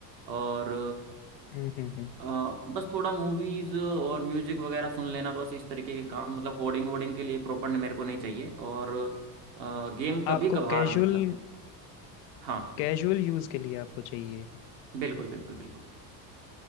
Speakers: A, on the right; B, on the left.
A: और
B: हम्म हम्म, हम्म।
A: अ, बस थोड़ा मूवीज और म्यूजिक वगैरह सुन लेना बस इस तरीके के काम मतलब कोडिंग वोडिंग के लिए प्रॉपर मेरे को नहीं चाहिए और गेम कभी
B: आपको
A: कभार
B: कैजुअल
A: मतलब हाँ
B: कैजुअल यूज के लिए आपको चाहिए
A: बिल्कुल बिल्कुल बिल्कुल